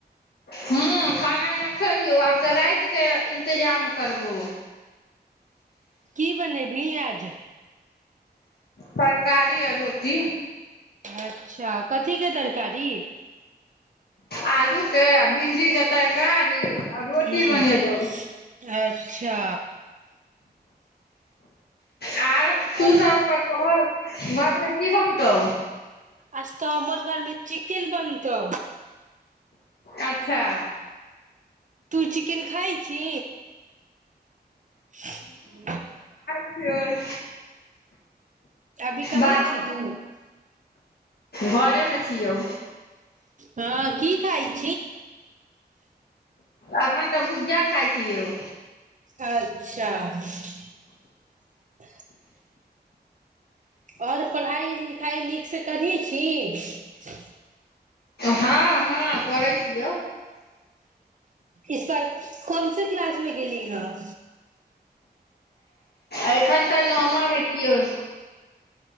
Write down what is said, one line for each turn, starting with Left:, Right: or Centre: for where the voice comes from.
Left: ह्म्म खाना उना खेलियौ आब तऽ रातिकेँ इन्तजाम करबू
Right: की बनेबिहीं आज
Left: तरकारी आ रोटी
Right: अच्छा कथी के तरकारी
Left: आलू के भिंडी के तरकारी रोटी
Right: ठीक
Left: बनेबौ
Right: अच्छा
Left: आर तू
Right: और
Left: सब कह तोहर घरमे कि बनतौ
Right: आज तऽ अमर घरमे चिकेन बनतौ
Left: अच्छा
Right: तू चिकेन खाइ छी ह
Left: फर
Right: अभी कहाँ
Left: बाहरमे
Right: छी तू
Left: घरेमे छियौ
Right: हँ की खइ
Left: अहन त भुजा खाइ छियौ
Right: अच्छा <unintelligible> आओर पढ़ाइ लिखाइ नीकसँ करी छी
Left: हँ हँ करै छियौ
Right: इसपार कोन से क्लास मे गेली हन
Left: एखन तऽ नमा छियै